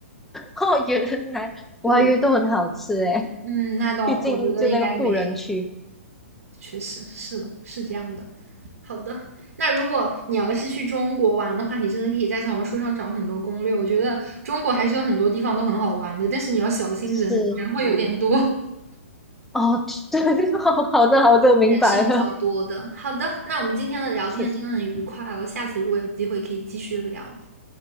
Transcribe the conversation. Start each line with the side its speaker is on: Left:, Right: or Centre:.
Centre: 哦，原来我还以为都很好吃诶。
Right: 对，嗯，那倒我觉得应该没，
Centre: 毕竟，就那个富人区
Right: 确实是的，是这样的。好的，那如果你要是去中国玩的话，你真的可以在小红书上找很多攻略。我觉得中国还是有很多地方都很好玩的，但是你要小心人，
Centre: 是
Right: 人会有点嗯多。<laughs>
Centre: 哦，对，<laughs> 好好的好的，明白了，
Right: 人是比较多的。好的，那我们今天的聊天真的很愉快哦，
Centre: 是
Right: 下次如果有机会可以继续聊。